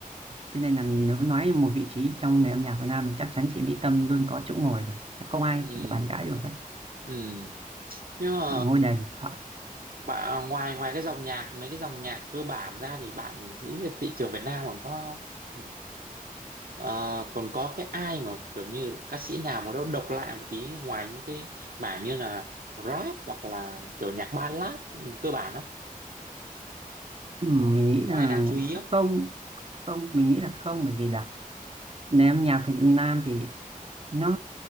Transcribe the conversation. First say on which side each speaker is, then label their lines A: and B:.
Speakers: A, on the right (about 40°); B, on the right (about 75°).
A: Thế nên là nếu nói một vị trí trong nền âm nhạc Việt Nam thì chắc chắn chị Mỹ Tâm luôn có chỗ ngồi rồi. Không ai
B: ừ
A: chị bàn cãi được ấy.
B: ừ nhưng mà
A: Là Ngôi đền điện thoại.
B: bạn ngoài ngoài cái dòng nhạc mấy cái dòng nhạc cơ bản ra thì bạn thấy là thị trường Việt Nam còn có ừ, ờ, còn có cái ai mà kiểu như ca sĩ nào mà nó độc lạ một tí ngoài những cái mảng như là rap hoặc là kiểu nhạc ballad ừ, cơ bản không
A: Ừ, mình nghĩ
B: có
A: là
B: ai đáng chú ý
A: cũng
B: không
A: không, không, mình nghĩ là không bởi vì là nền âm nhạc Việt Nam thì nó,